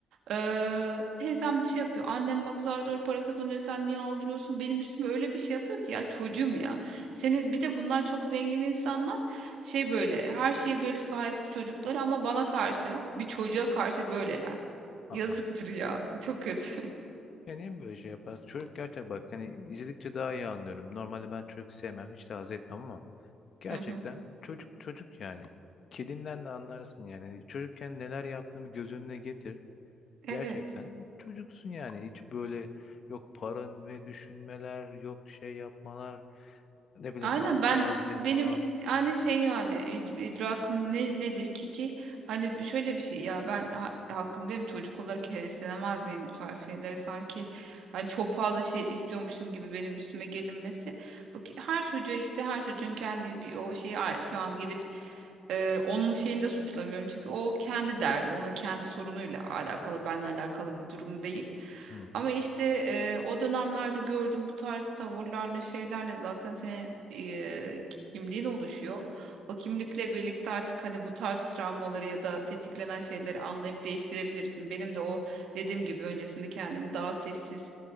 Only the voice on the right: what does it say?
Ee, teyzem de şey yapıyor annem bak zar zor para kazanıyor sen niye aldırıyorsun benim üstüme öyle bir şey yapıyor ki ya çocuğum ya. Senin bir de bunlar çok zengin insanlar şey böyle her şeye böyle sahip çocuklar ama bana karşı bir çocuğa karşı böyleler.
Yazıktır ya. Çok kötü.
<laughs> Hı hı.
Evet.
Aynen
ben
benim
yani şey yani id- idrakım ne nedir ki ki hani şöyle bir şey ya ben ha hakkım değil çocuk olarak heveslenemez miyim bu tarz şeylere sanki hani çok fazla şey istiyormuşum gibi benim üstüme gelinmesi. Bak her çocuğa işte her çocuğun kendi bir o şeyi ayrı şu an gidip Ee, onun şeyini de suçlamıyorum çünkü o kendi derdi, onun kendi sorunuyla alakalı, benle alakalı bir durum değil.
Ama işte e, o dönemlerde gördüğüm bu tarz tavırlarla şeylerle zaten senin e, kimliğin oluşuyor. O kimlikle birlikte artık hani bu tarz travmaları ya da tetiklenen şeyleri anlayıp değiştirebilirsin. Benim de o dediğim gibi öncesinde kendimi daha sessiz,